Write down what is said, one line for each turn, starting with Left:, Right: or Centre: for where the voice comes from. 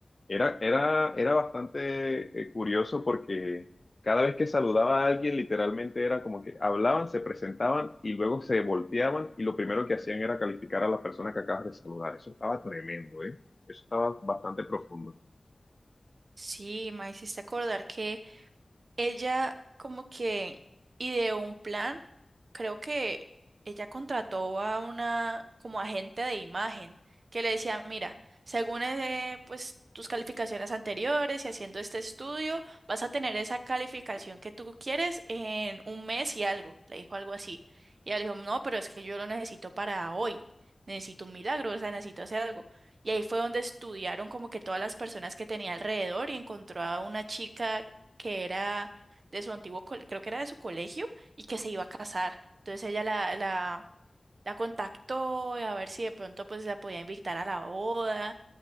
Left: era, era, era bastante eh, curioso porque cada vez que saludaba a alguien, literalmente era como que hablaban, se presentaban y luego se volteaban y lo primero que hacían era calificar a la persona que acabas de saludar. Eso estaba tremendo, ¿eh? Eso estaba bastante profundo.
Right: Sí, me hiciste acordar que Ella como que ideó un plan, creo que ella contrató a una como agente de imagen que le decía, mira, según eh, pues tus calificaciones anteriores y haciendo este estudio, vas a tener esa calificación que tú quieres en un mes y algo, le dijo algo así. Y ella le dijo, no, pero es que yo lo necesito para hoy, necesito un milagro, o sea, necesito hacer algo. Y ahí fue donde estudiaron como que todas las personas que tenía alrededor y encontró a una chica que era de su antiguo, col- creo que era de su colegio, y que se iba a casar. Entonces ella la, la, la contactó a ver si de pronto pues la podía invitar a la boda.